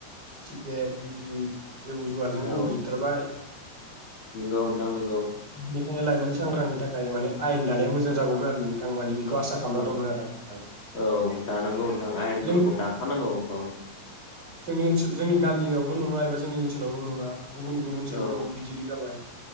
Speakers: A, on the right; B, on the left.
A: सिग्रेट बिरि जौ जुवाजों गब'जोबथारबाय
B: औ नंगौ नोंथां नंगौ
A: बेनिखायनो लाइमोन सांग्रांनि थाखाय माने आयेन दानाया मोजां जागौमोन आरो नोंथां माने
B: नोंथां
A: खौ आसा खालामनानै दंमोन आरो आं आं
B: औ दानांगौ नोंथां आयेनफोरखौ
A: जों
B: दाखानांगौ औ
A: जोंनि ओनसोल जोंनि गामियाव ल' नङा एबा जोंनि ओनसोलावल' नङा गुबुन गुबुन ओनसोलफोराव
B: औ
A: बिदिनो जाबाय